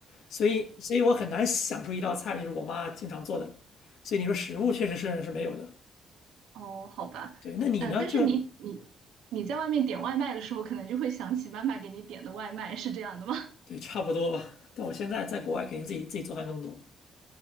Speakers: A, on the left; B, on the right.
A: 所以所以我很难想出一道菜就是我妈经常做的，所以你说食物确实是是没有的。
B: 哦，好吧，
A: 对，那你呢？
B: 呃，但是你你
A: 就
B: 你在外面点外卖的时候，可能就会想起妈妈给你点的外卖，是这样的吗？<laughs>
A: 对，差不多吧。但我现在在国外，肯定自己自己做饭更多。